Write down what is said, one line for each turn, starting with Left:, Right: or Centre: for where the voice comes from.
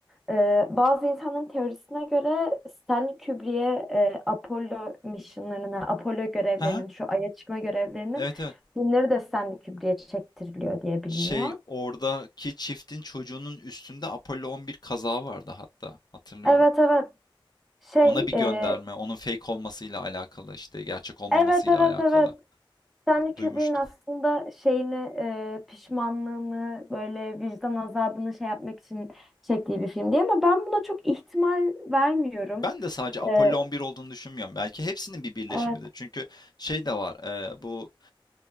Centre: E, bazı insanların teorisine göre Stanley Kubrick'e e, Apollo misyonlarına, Apollo görevlerinin,
Left: Ha?
Centre: şu Ay'a çıkma görevlerinin
Left: Evet evet.
Centre: filmleri de Stanley Kubrick'e çektiriliyor diye biliniyor.
Left: Şey oradaki çiftin çocuğunun üstünde Apollo 11 kazağı vardı hatta hatırlıyorum.
Centre: Evet evet. Şey,
Left: Ona bir
Centre: e,
Left: gönderme, onun fake olmasıyla alakalı işte gerçek olmamasıyla
Centre: evet evet
Left: alakalı
Centre: evet. Stanley Kubrick'in
Left: duymuştum.
Centre: aslında şeyini, e, pişmanlığını, böyle vicdan azabını şey yapmak için çektiği bir film diye ama ben buna çok ihtimal vermiyorum.
Left: Ben de sadece Apollo
Centre: E,
Left: 11 olduğunu düşünmüyorum. Belki hepsinin bir birleşimidir.
Centre: evet,
Left: Çünkü şey de var, e, bu